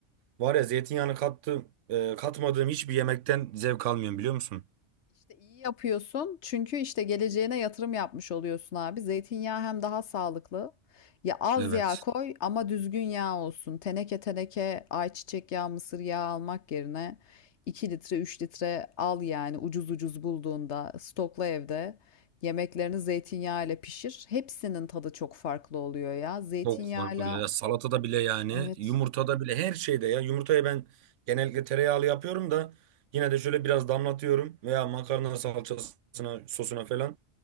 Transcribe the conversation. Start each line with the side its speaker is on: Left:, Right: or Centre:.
Right: Var ya zeytinyağını kattım, e, katmadığım hiçbir yemekten zevk almıyorum biliyor musun?
Left: İşte iyi yapıyorsun çünkü işte geleceğine yatırım yapmış oluyorsun abi. Zeytinyağı hem daha sağlıklı. Ya az
Right: Evet.
Left: yağ koy ama düzgün yağ olsun. Teneke teneke ayçiçek yağı, mısır yağı almak yerine 2 litre 3 litre al yani ucuz ucuz bulduğunda stokla evde. Yemeklerini zeytinyağı ile pişir. Hepsinin tadı çok farklı oluyor ya. Zeytinyağıyla
Right: Çok fark oluyor. Ya salatada bile yani
Left: evet
Right: yumurtada bile her şeyde ya. Yumurtayı ben genellikle tereyağlı yapıyorum da yine de şöyle biraz damlatıyorum veya makarna salçasına sosuna falan.